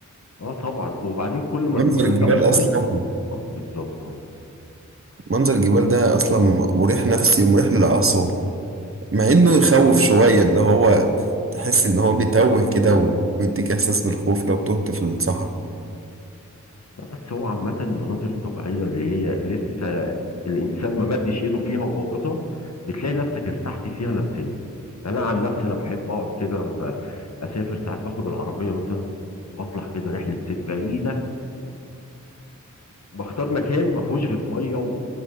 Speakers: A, on the left; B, on the right.
A: اه طبعا وبعدين كل ما
B: منظر
A: تكون انت
B: الجبال
A: محافظ
B: أصلا
A: اه بالظبط اه
B: منظر الجبال ده أصلا مريح نفسي ومريح للأعصاب مع إنه يخوف شوية اللي هو تحس إن هو بيتوه كده و- ويديك إحساس بالخوف لو تهت في الصحراء
A: لا بس هو عامة المناظر الطبيعية اللي هي لسه الإنسان ما مدش إيده فيها وبوظها بتلاقي نفسك ارتحت فيها نفسيا يعني أنا عن نفسي أنا بحب أقعد كده لما أسافر ساعات باخد العربية مثلا وأطلع كده رحلة صيد بعيدة بختار مكان ما فيهوش غير ميه و...